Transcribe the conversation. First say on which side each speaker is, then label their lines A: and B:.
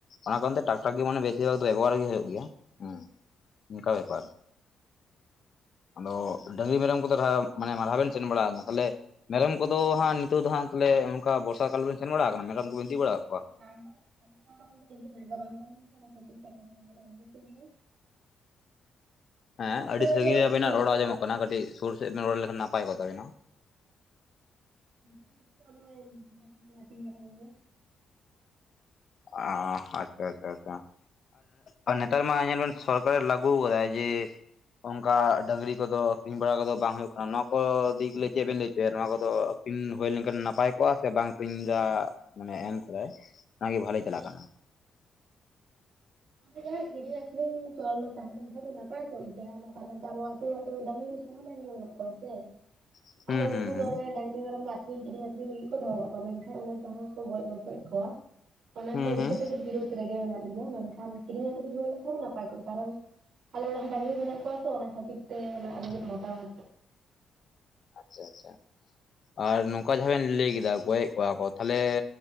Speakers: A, on the left; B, on the right.
A: ᱚᱱᱟ ᱠᱟᱨᱛᱮ ᱴᱮᱠᱴᱟᱨ ᱜᱮ ᱢᱟᱱᱮ ᱵᱮᱥᱤᱨ ᱵᱷᱟᱜᱽ ᱫᱚ ᱵᱮᱵᱚᱦᱟᱨ ᱜᱮ ᱦᱩᱭᱩᱜ ᱜᱮᱭᱟ᱾ ᱦᱮᱸ ᱚᱱᱠᱟ ᱵᱮᱯᱟᱨ᱾ ᱟᱫᱚ ᱰᱟᱹᱝᱜᱨᱤ ᱢᱮᱨᱚᱢ ᱠᱚᱫᱚ <inaudible> ᱢᱟᱱᱮ ᱢᱟᱨᱦᱟ ᱵᱮᱱ ᱥᱮᱱ ᱵᱟᱲᱟ ᱠᱟᱱᱟ ᱛᱟᱞᱦᱮ ᱢᱮᱨᱚᱢ ᱠᱚ ᱫᱚ ᱦᱟᱸᱜ ᱱᱤᱛᱚᱜ ᱫᱚ ᱦᱟᱸᱜ ᱞᱮ ᱚᱱᱠᱟ ᱵᱚᱨᱥᱟ ᱠᱟᱞ ᱨᱮᱵᱤᱱ ᱥᱮᱱ ᱵᱟᱲᱟ ᱟᱠᱟᱱᱟ ᱢᱮᱨᱚᱢ ᱠᱚᱵᱮᱱ ᱤᱫᱤ ᱵᱟᱲᱟ ᱠᱟ
B: ᱵᱟᱝ ᱵᱟᱝ ᱚᱱᱠᱟ ᱫᱚ ᱟᱞᱮ ᱱᱤᱛᱳᱜ ᱡᱟᱭᱜᱟ ᱵᱟᱝ ᱛᱟᱦᱮᱱᱟ ᱚᱱᱟ ᱠᱷᱟᱹᱛᱤᱨ ᱛᱮ ᱵᱟᱝ ᱞᱮ ᱤᱫᱤ ᱠᱚ ᱜᱮᱭᱟ,
A: ᱦᱮᱸ
B: ᱢᱟᱡᱷᱮ
A: ᱟᱹᱰᱤ
B: ᱢᱟᱡᱷᱮ
A: ᱥᱟᱺᱜᱤᱧ
B: ᱵᱟᱡᱟᱨ
A: ᱨᱮ ᱟᱵᱤᱱᱟᱜ
B: ᱱᱚᱥᱴᱚ
A: ᱨᱚᱲ ᱟᱸᱡᱚᱜ ᱠᱟᱱᱟ ᱠᱟᱹᱴᱤᱡ ᱥᱩᱨ ᱥᱮᱫ ᱵᱮᱱ ᱨᱚᱲ ᱞᱮᱠᱷᱟᱱ ᱱᱟᱯᱟᱭ ᱠᱚᱜ ᱛᱟᱵᱤᱱᱟ᱾
B: <inaudible> ᱢᱮᱨᱢᱚ ᱫᱚᱞᱮ ᱟᱛᱤᱧ ᱵᱟᱲᱟ ᱠᱚ ᱜᱮᱭᱟ,
A: ᱚᱸ ᱦᱟᱯᱮ ᱦᱟᱯᱮ ᱦᱟᱯᱮ, ᱟᱨ ᱱᱮᱛᱟᱨ ᱢᱟ ᱧᱮᱵᱮᱱ ᱥᱚᱨᱠᱟᱨᱮ ᱞᱟᱹᱜᱩ ᱠᱟᱫᱟᱭ ᱡᱮ ᱚᱱᱠᱟ ᱰᱟᱹᱝᱨᱤ ᱠᱚ ᱫᱚ ᱟᱠᱷᱨᱤᱧ ᱵᱟᱲᱟ ᱠᱚ ᱫᱚ ᱵᱟᱝ ᱦᱳᱭᱳᱜ ᱠᱟᱱᱟ ᱱᱚᱣᱟ ᱠᱚ ᱫᱤᱠᱞᱮ ᱪᱮᱫ ᱵᱮᱱ ᱞᱟᱹᱭ ᱪᱚᱭᱟ ᱱᱚᱣᱟ ᱠᱚᱫᱚ? ᱠᱤᱧ ᱦᱳᱭ ᱞᱮᱱᱠᱷᱟᱱ ᱱᱟᱯᱟᱭ ᱠᱚᱜᱼᱟ ᱥᱮ ᱵᱟᱝ ᱠᱷᱟᱨᱤᱧ ᱡᱟ ᱢᱟᱱᱮ ᱮᱢ ᱠᱚᱜ-ᱟᱭ ᱚᱱᱟᱜᱮ ᱵᱷᱟᱮ ᱪᱟᱞᱟᱜ ᱠᱟᱱᱟ ᱾
B: ᱡᱟᱦᱟᱸ ᱠᱤᱨᱤᱧ ᱟᱹᱷᱨᱤᱧ ᱪᱚᱞ ᱛᱟᱦᱮᱱ ᱠᱷᱟᱱ ᱫᱚ ᱱᱟᱯᱟᱭ ᱠᱚᱜ ᱜᱮᱭᱟᱢ ᱢᱟ ᱠᱟᱨᱚᱱ ᱛᱮ ᱟᱵᱚ ᱟᱹᱛᱩ ᱫᱟ <inaudible> ᱥᱮ
A: <unintelligible>
B: ᱟᱨ ᱩᱱᱠᱩ
A: ᱦᱩᱸ
B: ᱫᱚ ᱚᱱᱮ ᱰᱟᱹᱝᱜᱨᱤ ᱢᱮᱨᱚᱢ ᱢᱟ ᱟᱠᱷᱨᱤᱧ ᱠᱤᱨᱤᱧ ᱟᱠᱷᱨᱤᱧ ᱞᱟᱹᱜᱤᱫ ᱠᱚ ᱫᱚᱦᱚ ᱠᱟᱜ ᱠᱚᱣᱟ ᱢᱮᱱᱠᱷᱟᱱ ᱚᱱᱟ ᱡᱟᱦᱟᱸ ᱠᱚ ᱜᱚᱡ ᱜᱚᱫᱮᱜ ᱠᱚᱣᱟ, ᱚᱱᱟ
A: ᱦᱩᱸ
B: ᱠᱚ ᱤᱫᱤ
A: ᱦᱩᱸ
B: ᱠᱟᱛᱮᱫ ᱫᱚ ᱵᱤᱨᱳᱫ ᱨᱮᱜᱮ ᱢᱮᱱᱟᱜ ᱞᱤᱧᱟᱹ ᱢᱮᱱ ᱠᱷᱟᱱ ᱠᱤᱨᱤᱧ ᱟᱹᱠᱷᱨᱤᱧ ᱦᱳᱭ ᱞᱮᱱ ᱠᱷᱟᱱ ᱱᱟᱯᱟᱭ ᱠᱚᱜ ᱠᱟᱨᱚᱱ ᱟᱞᱮ ᱚᱲᱟᱜ ᱦᱚᱸ ᱰᱟᱹᱝᱜᱨᱤ ᱢᱮᱱᱟᱜ ᱠᱚᱣᱟ ᱛᱚ ᱚᱱᱟ ᱠᱷᱟᱹᱛᱤᱨ ᱛᱮ ᱚᱱᱟ ᱟᱹᱞᱤᱧᱟᱜ ᱢᱚᱛᱟᱢᱚᱛ,
A: ᱟᱪᱪᱷᱟ ᱟᱪᱪᱷᱟ, ᱟᱨ ᱱᱚᱝᱠᱟ ᱡᱟᱦᱟᱸ ᱵᱮᱱ ᱞᱟᱹᱭ ᱠᱮᱫᱟ ᱜᱚᱡ ᱠᱚᱣᱟ ᱠᱚ ᱛᱟᱦᱟᱞᱮ